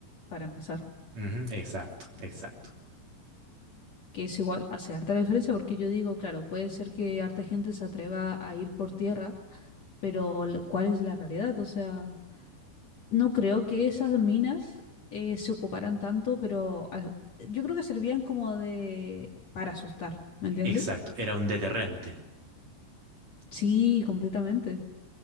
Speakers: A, on the left (about 45°); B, on the right (about 40°).
A: para empezar.
B: Ujú, exacto, exacto,
A: Que es igual, hace harta diferencia porque yo digo, claro, puede ser que harta gente se atreva a ir por tierra, pero l- ¿cuál es la realidad? O sea, no creo que esas minas eh, se ocuparan tanto, pero ah, yo creo que servían como de... para asustar, ¿me entiendes?
B: exacto. Era un deterrente.
A: Sí, completamente.